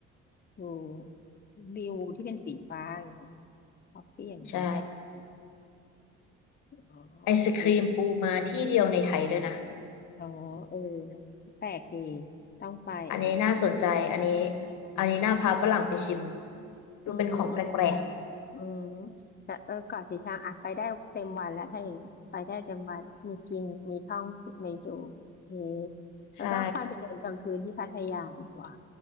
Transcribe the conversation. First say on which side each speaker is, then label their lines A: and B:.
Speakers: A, on the left; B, on the left.
A: ถูวิวที่เป็นสีฟ้าอย่างเงี้ย Coffee and
B: ใช่
A: Bistro อ๋อโอเค
B: ไอศครีมปูมาที่เดียวในไทยด้วยนะ
A: อ๋อเออนะแปลกดีต้องไปอ่ะ
B: อันนี้น่าสนใจ
A: อย่าง
B: อันนี้
A: นออืม
B: อันนี้น่าพาฝรั่งไปชิม
A: อืม
B: ดูเป็นของแปลก
A: อืมอืม อืมแต่เออเกาะสีชังอ่ะไปได้เต็มวันแล้วถ้าอย่างเงี้ยไปได้เต็มวันแล้วมีกินมีท่องมีดูโอเค
B: ๆใช่
A: แล้วก็ค่อยไปเดินกลางคืนที่พัทยาดีกว่า